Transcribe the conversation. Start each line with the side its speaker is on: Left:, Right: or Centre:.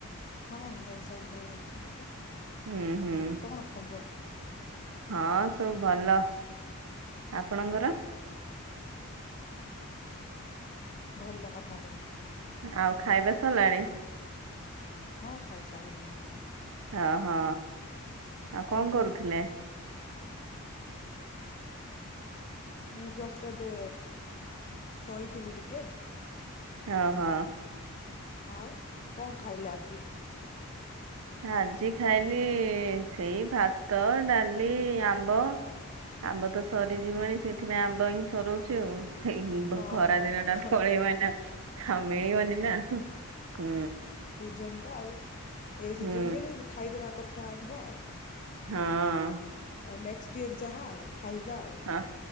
Left: ହଁ ଘରେ ସବୁ ଭଲ ଅଛନ୍ତି,
Right: ହୁଁ ହୁଁ
Left: ଆଉ କଣ ଖବର?
Right: ହଁ ସବୁ ଭଲ, ଆପଣଙ୍କର?
Left: ଭଲ ଆମର ବି।
Right: ଆଉ ଖାଇବା ସରିଲାଣି?
Left: ହଁ ଖାଇସାରିଲୁ
Right: ହଁହଁ ଆଉ କଁ କରୁଥିଲେ?
Left: ମୁଁ ଜଷ୍ଟ୍ ଏବେ ଶୋଇଥିଲି ଟିକେ।
Right: ହଁ ହଁ।
Left: ଆଉ କଁ ଖାଇଲେ ଆଜି?
Right: ଆଜି ଖାଇଲି ସେଇ ଭାତ, ଡାଲି, ଆମ୍ବ। ଆମ୍ବ ତ ସରିଯିବଣି ସେଇଥିପାଇଁ ଆମ୍ବ ହିଁ ସରୋଉଚି ଆଉ। ଏଇ
Left: ଓହୋ
Right: ଖରା ଦିନ
Left: ହୋ
Right: ଟା
Left: ହୋ
Right: ପଳେଇବ ନା ଆଉ ମିଳିବନି ନା। ହୁଁ।
Left: ଜନ୍ ତ ଆଉ ଏଇ ସିଜନ୍
Right: ହୁଁ
Left: ରେ ଖାଇଦବା କଥା ଆମ୍ବ ଆଉ।
Right: ହଁ।
Left: ଆଉ ନେକ୍ସ୍ ଟ ଇୟର ଯାହା ଆଉ ଖାଇବା ଆଉ।
Right: ଅଁ